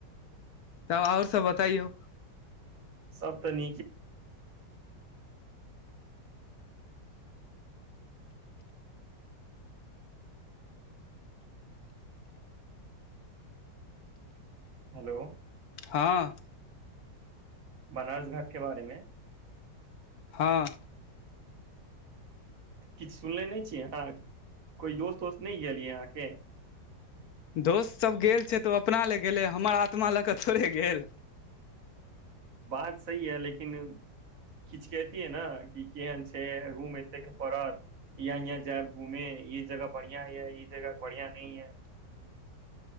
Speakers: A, on the left; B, on the right.
A: तब आओर सभ बतैयौ
B: सब तऽ नीक हेलो
A: हँ
B: बनारस घाट के बारेमे
A: हँ
B: किछु सुनले नहि छिये अहाँ कोइ दोस्त वोस्त नहि गेल यै अहाँके
A: दोस्त सभ गेल छै तऽ ओ अपना लए गेलै हमर आत्मा लऽ कऽ थोड़े गेल
B: बात सही है लेकिन किछुियै ने कि केहन छै रूम एते पड़त याँ याँ जायब घुमे ई जगह बढ़िया य ई जगह बढ़िया न य